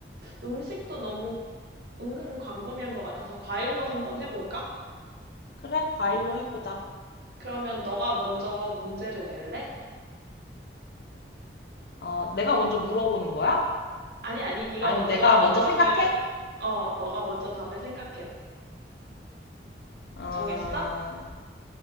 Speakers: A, on the right (about 65°); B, on the left (about 65°).
A: 음식도 너무 은근 광범위한 것 같아서 과일로 한번 해볼까?
B: 그래, 과일로 해보자.
A: 그러면 너가 먼저 문제를 낼래?
B: 어, 내가 먼저 물어보는 거야?
A: 아니, 아니, 네가
B: 아니면
A: 먼저
B: 내가 먼저
A: 답을,
B: 생각해?
A: 어, 너가 먼저 답을 생각해봐.
B: 어,
A: 정했어?